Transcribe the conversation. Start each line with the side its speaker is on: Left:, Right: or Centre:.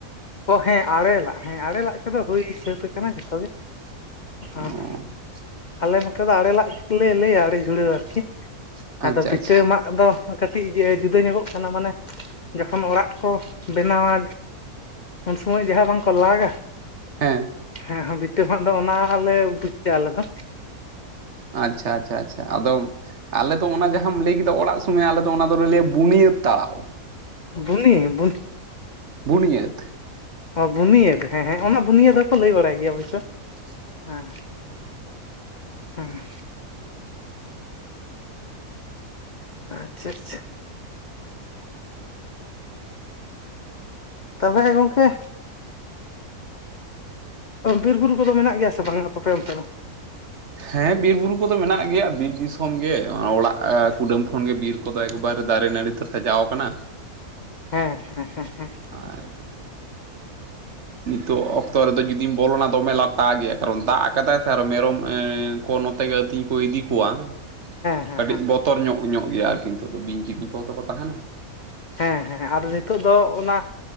Left: ᱚ ᱦᱮᱸ ᱟᱲᱮᱞᱟᱜ ᱦᱮᱸ ᱟᱲᱮᱞᱟᱜ ᱠᱚᱫᱚ ᱦᱩᱭ ᱥᱟᱹᱛ ᱟᱠᱟᱱᱟ ᱡᱷᱚᱛᱚ ᱜᱮ᱾ ᱚᱸ
Right: ᱚ
Left: ᱦᱚᱸ ᱟᱞᱮ ᱱᱚᱛᱮ ᱫᱚ ᱟᱲᱮ ᱞᱟᱜ ᱜᱮᱞᱮ ᱞᱟᱹᱭᱟ ᱟᱲᱮ ᱡᱷᱩᱲᱟᱹᱣ ᱟᱨᱠᱤ᱾
Right: ᱟᱪᱪᱷᱟ
Left: ᱟᱫᱚ ᱵᱷᱤᱴᱟᱹ
Right: ᱟᱪᱪᱷᱟ
Left: ᱢᱟᱜ ᱟᱫᱚ ᱠᱟᱹᱴᱤᱡ ᱡᱩᱫᱟᱹ ᱧᱚᱜᱚᱜ ᱠᱟᱱᱟ ᱢᱟᱱᱮ ᱡᱚᱠᱷᱚᱱ ᱚᱲᱟᱜ ᱠᱚ ᱵᱮᱱᱟᱣᱟ ᱩᱱ ᱥᱚᱢᱚᱭ ᱡᱟᱦᱟᱸ ᱵᱟᱝᱠᱚ ᱞᱟᱜᱟ
Right: ᱦᱮᱸ᱾
Left: ᱦᱮᱸ ᱵᱷᱤᱴᱟᱹ ᱢᱟᱜ ᱫᱚ ᱚᱱᱟᱞᱮ ᱵᱩᱡᱷᱭᱟ ᱟᱞᱮ ᱫᱚ᱾
Right: ᱟᱪᱪᱷᱟ ᱟᱪᱪᱷᱟ ᱟᱪᱪᱷᱟ ᱟᱫᱚ ᱟᱞᱮᱫᱚ ᱚᱱᱟ ᱡᱟᱦᱟᱸᱟᱢ ᱞᱟᱹᱭ ᱠᱮᱫᱟ ᱚᱲᱟᱜ ᱥᱩᱢᱚᱭ ᱟᱞᱮᱚ ᱚᱱᱟ ᱫᱚᱞᱮ ᱞᱟᱹᱭᱟ ᱵᱩᱱᱤᱭᱟᱹᱫ ᱛᱟᱲᱟᱣ᱾
Left: <unintelligible>
Right: ᱵᱩᱱᱤᱭᱟᱹᱫ᱾
Left: ᱚ ᱵᱩᱱᱤᱭᱟᱹᱫ ᱦᱮᱸ ᱦᱮᱸ ᱚᱱᱟ ᱵᱩᱱᱤᱭᱟᱹᱫ ᱦᱚᱸᱠᱚ ᱞᱟᱹᱭ ᱵᱟᱲᱟᱭ ᱚᱵᱥᱳᱭ ᱦᱮᱸ᱾ ᱦᱮᱸ᱾ ᱟᱪᱪᱷᱟ ᱟᱪᱪᱷᱟ᱾ ᱛᱚᱦᱚᱞᱮ ᱜᱚᱝᱠᱮ ᱵᱤᱨ ᱵᱩᱨᱩ ᱠᱚᱫᱚ ᱢᱮᱱᱟᱜ ᱜᱮᱭᱟ ᱥᱮ ᱵᱟᱝᱼᱟ ᱟᱯᱮ ᱚᱱᱛᱮ ᱫᱚ?
Right: ᱦᱮᱸ ᱵᱤᱨ ᱵᱩᱨᱩ ᱠᱚᱫᱚ ᱢᱮᱱᱟᱜ ᱜᱮᱭᱟ ᱵᱤᱨ ᱫᱤᱥᱚᱢ ᱜᱮ ᱚᱲᱟᱜ ᱠᱩᱰᱟᱹᱢ ᱠᱷᱚᱱ ᱜᱮ ᱵᱤᱨ ᱠᱚᱫᱚ ᱮᱠ ᱮᱠᱵᱟᱨᱮ ᱫᱟᱨᱮ ᱱᱟᱹᱲᱤ ᱛᱮ ᱥᱟᱡᱟᱣ ᱟᱠᱟᱱᱟ᱾
Left: ᱦᱮᱸ ᱦᱮᱸ ᱦᱮᱸ ᱦᱮᱸ᱾
Right: ᱟᱨ ᱱᱤᱛᱚᱜ ᱚᱠᱛᱚ ᱨᱮᱫᱚ ᱡᱩᱫᱤᱢ ᱵᱚᱞᱚᱱᱟ ᱫᱚᱢᱮ ᱞᱟᱛᱟᱜ ᱜᱮᱭᱟ ᱠᱟᱨᱚᱱ ᱫᱟᱜ ᱟᱠᱟᱫᱟᱭ ᱥᱮ ᱟᱨᱚ ᱢᱮᱨᱚᱢ ᱮᱸ ᱠᱚ ᱟᱹᱛᱤᱧ ᱠᱚ ᱤᱫᱤ ᱠᱚᱣᱟ
Left: ᱦᱮᱸ ᱦᱮᱸ
Right: ᱠᱟᱹᱴᱤᱡ ᱵᱚᱛ ᱵᱚᱛᱚᱨ ᱧᱚᱜ ᱧᱚᱜ ᱜᱮᱭᱟ ᱟᱨᱠᱤ ᱱᱤᱛᱚᱜ ᱫᱚ ᱵᱤᱧ ᱠᱤᱫᱤᱧ ᱠᱚᱫᱚ ᱠᱚ ᱛᱟᱦᱮᱱᱟ᱾
Left: ᱦᱮᱸ ᱦᱮᱸ ᱟᱨ ᱱᱤᱛᱳᱜ ᱫᱚ ᱚᱱᱟ